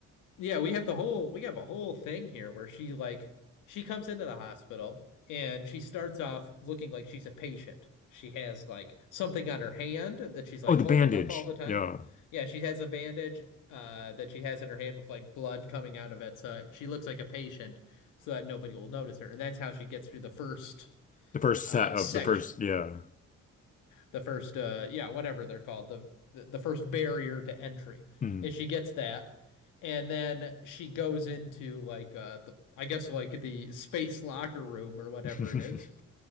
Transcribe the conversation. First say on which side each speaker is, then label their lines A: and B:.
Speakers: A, on the left; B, on the left.
A: yeah, we have the whole we have a whole thing here where she like she comes into the hospital and she starts off looking like she's a patient. She has like something on her hand that she's like
B: Oh, the
A: holding
B: bandage.
A: up all the time.
B: Yeah,
A: Yeah, she has a bandage uh that she has in her hand with like blood coming out of it, so she looks like a patient so that nobody will notice her. And that's how she gets through the first
B: the first
A: uh
B: set of
A: sec
B: the first. Yeah.
A: the first uh yeah whatever they're called the, the the first barrier to entry
B: Hmm.
A: and she gets that and then she goes into like uh the, I guess like the space locker room or whatever
B: <laughs>
A: it is